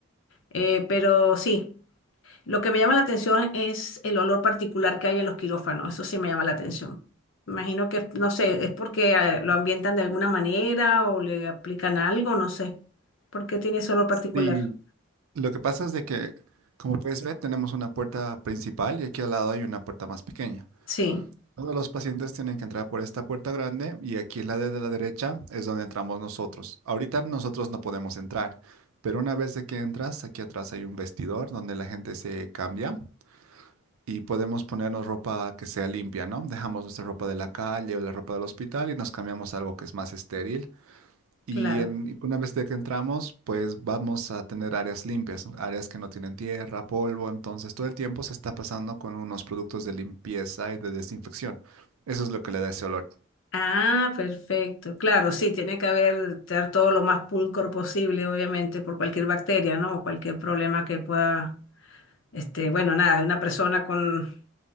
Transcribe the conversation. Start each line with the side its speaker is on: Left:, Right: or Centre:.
Left: Eh, pero sí. Lo que me llama la atención es el olor particular que hay en los quirófanos. Eso sí me llama la atención. Imagino que, no sé, es porque eh, lo ambientan de alguna manera o le aplican algo, no sé. ¿Por qué tiene ese olor particular?
Right: Sí, lo que pasa es de que, como puedes ver, tenemos una puerta principal y aquí al lado hay una puerta más pequeña.
Left: Sí,
Right: Todos los pacientes tienen que entrar por esta puerta grande y aquí en la de la derecha es donde entramos nosotros. Ahorita nosotros no podemos entrar, pero una vez de que entras, aquí atrás hay un vestidor donde la gente se cambia y podemos ponernos ropa que sea limpia, ¿no? Dejamos nuestra ropa de la calle o la ropa del hospital y nos cambiamos a algo que es más estéril. Y
Left: claro.
Right: en, y una vez de que entramos, pues vamos a tener áreas limpias, ¿no? áreas que no tienen tierra, polvo, entonces todo el tiempo se está pasando con unos productos de limpieza y de desinfección. Eso es lo que le da ese olor.
Left: Ah, perfecto. Claro, sí, tiene que haber tener todo lo más pulcro posible, obviamente, por cualquier bacteria, ¿no? O cualquier problema que pueda, este, bueno, nada, una persona con